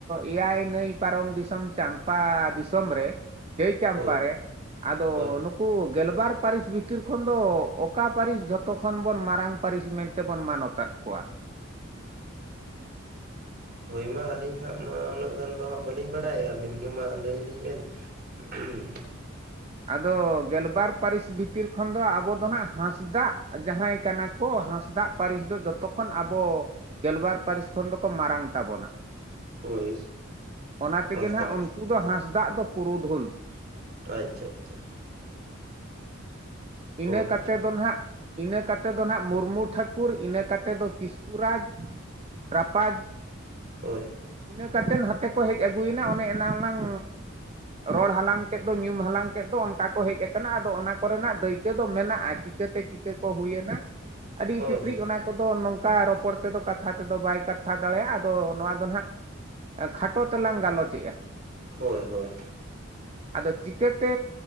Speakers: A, on the right; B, on the right.
A: ᱮᱭᱟᱭ ᱱᱟᱹᱭ ᱯᱟᱨᱚᱢ ᱫᱤᱥᱚᱢ ᱪᱟᱢᱯᱟ ᱫᱤᱥᱚᱢ ᱨᱮ᱾ ᱪᱟᱹᱭ ᱪᱟᱢᱯᱟ
B: ᱦᱳᱭ
A: ᱨᱮ ᱟᱫᱚ
B: ᱦᱳᱭ
A: ᱱᱩᱠᱩ, ᱠᱩ ᱜᱮᱞᱵᱟᱨ ᱯᱟᱹᱨᱤᱥ ᱵᱷᱤᱛᱤᱨ ᱠᱷᱚᱱ ᱫᱚ ᱚᱠᱟ ᱯᱟᱹᱨᱤᱥ ᱡᱚᱛᱚ, ᱡᱚᱛᱚ ᱠᱷᱚᱱ ᱵᱚᱱ ᱢᱟᱨᱟᱝ ᱯᱟᱹᱨᱤᱥ ᱢᱮᱱᱛᱮ ᱵᱚᱱ ᱢᱟᱱᱚᱛ ᱟᱜ ᱠᱚᱣᱟ᱾
B: ᱦᱳᱭ ᱢᱟ ᱟᱹᱞᱤᱧ ᱦᱟᱸᱜ ᱢᱟ ᱩᱱᱟᱹᱜ ᱜᱟᱱ ᱫᱚ ᱦᱟᱸᱜ ᱵᱟᱹᱞᱤᱧ ᱵᱟᱲᱟᱭᱟ ᱟᱹᱵᱤᱱ ᱜᱮ ᱢᱟ ᱞᱟᱹᱭ ᱟᱹᱞᱤᱧ ᱵᱮᱱ᱾ <unintelligible>
A: ᱟᱫᱚ ᱜᱮᱞᱵᱟᱨ ᱯᱟᱹᱨᱤᱥ ᱵᱷᱤᱛᱤᱨ ᱠᱷᱚᱱ ᱫᱚ ᱟᱵᱚ ᱫᱚ ᱟᱸᱱᱟᱜ ᱦᱟᱸᱥᱫᱟᱜ ᱡᱟᱦᱟᱸᱭ ᱠᱟᱱᱟ ᱠᱚ ᱦᱟᱸᱥᱫᱟᱜ᱾ ᱯᱟᱹᱨᱤᱥ ᱫᱚ ᱡᱚᱛᱚ ᱠᱷᱚᱱ ᱟᱵᱚ ᱜᱮᱞᱵᱟᱨ ᱯᱟᱹᱨᱤᱥ ᱠᱷᱚᱱ ᱫᱚᱠᱚ ᱢᱟᱨᱟᱝ ᱛᱟᱵᱚᱱᱟ᱾
B: ᱦᱳᱭ
A: ᱚᱱᱟ ᱛᱮᱜᱮ
B: ᱦᱟᱸᱥᱫᱟ
A: ᱱᱟᱜ
B: ᱠᱚ
A: ᱩᱱᱠᱩ ᱫᱚ ᱦᱟᱸᱥᱫᱟᱜ ᱫᱚ ᱯᱩᱨᱩᱫᱷᱩᱞ᱾
B: ᱟᱪᱪᱷᱟ ᱟᱪᱪᱷᱟ,
A: ᱤᱱᱟᱹ
B: ᱦᱳᱭ
A: ᱠᱟᱛᱮ ᱫᱚ ᱱᱟᱜ, ᱤᱱᱟᱹ ᱠᱟᱛᱮ ᱫᱚ ᱱᱟᱦᱟᱸᱜ ᱢᱩᱨᱢᱩ ᱴᱷᱟᱹᱠᱩᱨ ᱤᱱᱟᱹ ᱠᱟᱛᱮ ᱫᱚ ᱠᱤᱥᱠᱩ ᱨᱟᱡᱽ ᱨᱟᱯᱟᱡᱽ
B: ᱦᱳᱭ
A: ᱤᱱᱟᱹ ᱠᱟᱛᱮ ᱱᱷᱟᱛᱮ ᱠᱚ ᱦᱮᱡ ᱟᱹᱜᱩᱭ ᱮᱱᱟ ᱚᱱᱮ ᱮᱱᱟᱝ ᱞᱟᱝ ᱨᱚᱲ ᱦᱟᱞᱟᱝ ᱠᱮᱫ ᱫᱚ ᱧᱩᱢ ᱦᱟᱞᱟᱝ ᱠᱮᱫ ᱫᱚ ᱚᱱᱠᱟ ᱠᱚ ᱦᱮᱡ ᱟᱠᱟᱱᱟ ᱟᱫᱚ ᱚᱱᱟ ᱠᱚ ᱨᱮᱱᱟᱜ ᱫᱟᱹᱭ...... ᱪᱤᱠᱟᱹ ᱫᱚ ᱢᱮᱱᱟᱜᱼᱟ ᱪᱤᱠᱟᱹ ᱛᱮ ᱪᱤᱠᱟᱹ ᱠᱚ ᱦᱩᱭ ᱮᱱᱟ ᱟᱹᱰᱤ
B: ᱦᱳᱭ
A: ᱛᱤᱛᱨᱤᱡ
B: ᱦᱳᱭ
A: ᱚᱱᱟ ᱠᱚᱫᱚ ᱱᱚᱝᱠᱟ ᱨᱚᱯᱚᱲ ᱛᱮ ᱫᱚ ᱠᱟᱛᱷᱟ ᱛᱮ ᱫᱚ ᱵᱟᱭ ᱠᱟᱛᱷᱟ ᱫᱟᱲᱮᱭᱟᱜᱼᱟ ᱟᱫᱚ ᱱᱚᱣᱟ ᱫᱚ ᱱᱟᱦᱟᱜ ᱠᱷᱟᱴᱚ ᱛᱮᱞᱟᱝ ᱜᱟᱞᱚᱪᱮᱜᱼᱟ
B: ᱦᱚᱭ ᱦᱚᱭ
A: ᱟᱫᱚ ᱪᱤᱠᱟᱹᱛᱮ